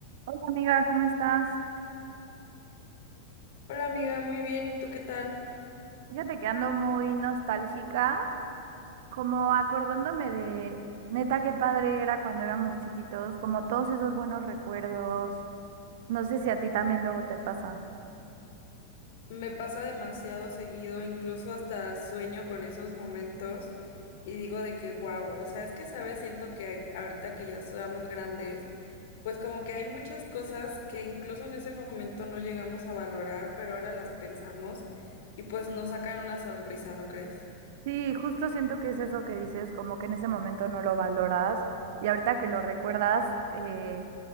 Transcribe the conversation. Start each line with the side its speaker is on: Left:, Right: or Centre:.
Right: Hola amiga, ¿cómo estás?
Left: Hola amiga, muy bien, ¿y tú qué tal?
Right: Fíjate que ando muy nostálgica, como acordándome de, neta, qué padre era cuando éramos chiquitos, como todos esos buenos recuerdos. No sé si a ti también luego te pasa.
Left: Me pasa demasiado seguido, incluso hasta sueño con esos momentos y digo de que wow, o sea, es que sabes, siento que ahorita que ya somos grandes, pues como que hay muchas cosas que incluso en ese momento no llegamos a valorar, pero ahora las pensamos y pues nos sacan una sonrisa, ¿no crees?
Right: Sí, justo siento que es eso que dices, como que en ese momento no lo valoras y ahorita que lo recuerdas, eh,